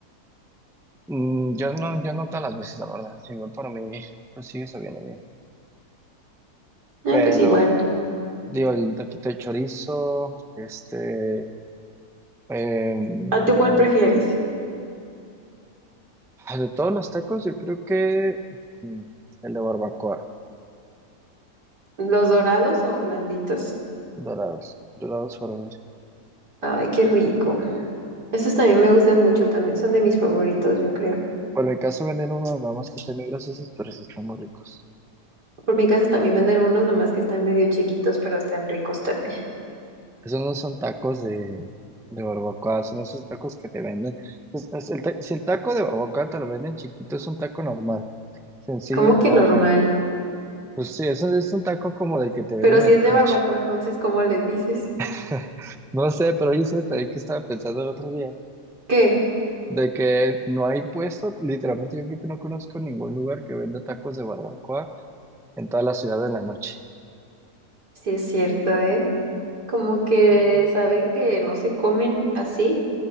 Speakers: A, in the centre; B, on the right.
A: Mm, yo no, yo no todas las veces, la verdad, sí, igual para mí, pues sigue sabiendo bien.
B: Ah,
A: Pero,
B: pues igual.
A: digo, el taquito de chorizo, este, em,
B: ¿A tú cuál prefieres?
A: de todos los tacos, yo creo que mm, el de barbacoa,
B: ¿Los dorados o blanditos?
A: dorados, dorados por mí.
B: Ay, qué rico. Esos también me gustan mucho, también son de mis favoritos, yo creo.
A: Por mi caso venden unos, nada más que están muy grasosos, pero sí están muy ricos.
B: Por mi casa también venden unos nomás que están medio chiquitos, pero están ricos también.
A: Esos no son tacos de, de barbacoa, son esos tacos que te venden. Es- es el ta- si el taco de barbacoa te lo venden chiquito, es un taco normal, sencillo
B: ¿Cómo
A: y
B: que
A: todo
B: normal?
A: feo. Pues sí, eso es un taco como del que te venden
B: Pero si
A: en
B: es
A: la
B: de
A: noche.
B: barbacoa, entonces, ¿cómo les dices?
A: <laughs> No sé, pero yo sé también que estaba pensando el otro día,
B: ¿Qué?
A: de que no hay puesto, literalmente yo creo que no conozco ningún lugar que venda tacos de barbacoa en toda la ciudad en la noche.
B: Sí es cierto, ¿eh? Como que saben que no se comen así